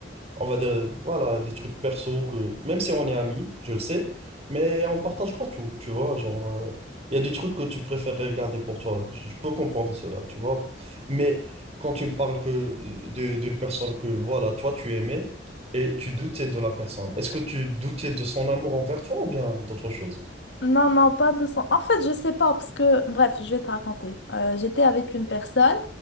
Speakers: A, on the right; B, on the left.
A: on va dire, euh, voilà, des trucs perso que, même si on est amis, je le sais, mais on partage pas tout, tu vois, genre, euh, il y a des trucs que tu préfères garder pour toi, je je peux comprendre cela, tu vois, mais quand tu me parles que de- d'une personne que, voilà, toi, tu aimais et tu doutais de la personne, est-ce que tu doutais de son amour envers toi ou bien d'autre chose?
B: Non, non, pas de son. En fait, je sais pas, parce que, bref, je vais te raconter. Euh, j'étais avec une personne